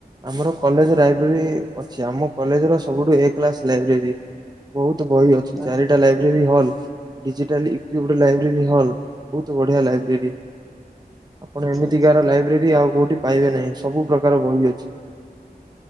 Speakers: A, on the right; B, in the centre.
A: ଆମର କଲେଜ ଲାଇବ୍ରେରୀ ଅଛି ଆମ କଲେଜର ସବୁଠୁ ଏ କ୍ଲାସ ଲାଇବ୍ରେରୀ। ବୋହୁତ ବହି ଅଛି
B: ଆଚ୍ଛା
A: ଚାରିଟା ଲାଇବ୍ରେରୀ ହଲ୍। ଡିଜିଟାଲ ଇକ୍ୟୁବ୍ରି ଲାଇବ୍ରେରୀ ହଲ ବହୁତ ବଢିଆ ଲାଇବ୍ରେରୀ। ଆପଣ
B: ଆଚ୍ଛା
A: ଏମିତିକାର
B: ଆଚ୍ଛା।
A: ଲାଇବ୍ରେରୀ ଆଉ କୋଉଠି ପାଇବେ ନାହିଁ ସବୁ ପ୍ରକାର ବହି ଅଛି।